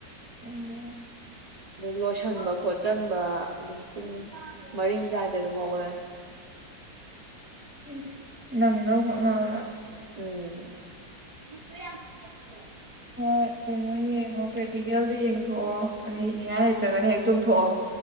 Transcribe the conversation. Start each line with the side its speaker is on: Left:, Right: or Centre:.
Centre: ꯎꯝ
Right: ꯑꯗꯨ ꯂꯣꯏꯁꯤꯟꯕ ꯈꯣꯠꯆꯟꯕ ꯑꯗꯨꯝ ꯄꯨꯡ ꯃꯔꯤ ꯁ꯭ꯋꯥꯏꯗ ꯑꯗꯨꯝ ꯍꯧꯒꯠꯂꯦ
Centre: ꯎꯝ ꯅꯪ ꯅꯪ ꯍꯣꯠ ꯅꯑꯣꯟꯗ
Right: ꯎꯝ <unintelligible>
Centre: ꯍꯣꯏ ꯀꯩꯅꯣ ꯌꯦꯡꯉꯣ ꯄ꯭ꯔꯦꯛꯇꯤꯀꯦꯜꯗꯣ ꯌꯦꯡꯊꯣꯛꯑꯣ ꯑꯩ ꯏꯅꯤꯡꯉꯥꯏ ꯂꯩꯇ꯭ꯔꯒꯅ ꯍꯦꯛ ꯇꯨꯝꯊꯣꯛꯑꯣ